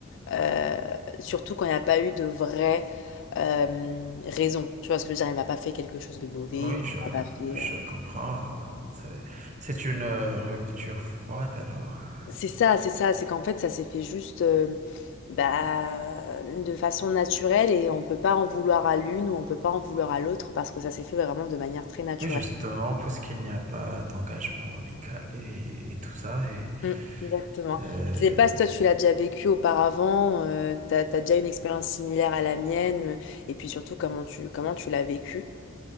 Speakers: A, on the left; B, on the right.
A: euh, surtout quand il n'y a pas eu de vraie euh, raison. Tu vois ce que je veux dire? Il m'a pas fait quelque chose de mauvais.
B: Oui,
A: Il
B: je,
A: m'a pas fait.
B: je
A: euh,
B: comprends. euh, C'est, c'est une euh, rupture froide alors. euh.
A: C'est ça, c'est ça, c'est qu'en fait ça s'est fait juste euh, bah, de façon naturelle et on peut pas en vouloir à l'une ou on peut pas en vouloir à l'autre parce que ça s'est fait vraiment de manière très naturelle.
B: Oui, justement, puisqu'il n'y a pas d'engagement amical et, et tout ça. Et
A: Mm, exactement.
B: euh,
A: Je sais pas si toi tu l'as déjà vécu auparavant, euh, t'as, t'as déjà une expérience similaire à la mienne euh, et puis surtout comment tu comment tu l'as vécu.